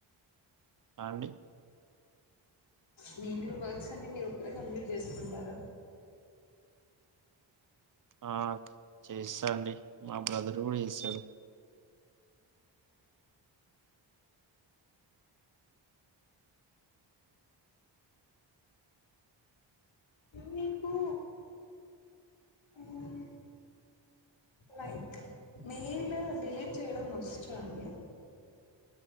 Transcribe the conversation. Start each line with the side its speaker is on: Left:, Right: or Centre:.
Right: అ అండి
Left: మీ ఇంట్లో వర్క్స్ అన్ని మీరు ఒక్కరే కంప్లీట్ చేసుకుంటారా
Right: ఆ చేస్తాండి మా బ్రదర్ కూడా చేస్తడు
Left: మీకు మ్మ్ లైక్ మెయిల్ డిలీట్ చేయడం వచ్చా అండి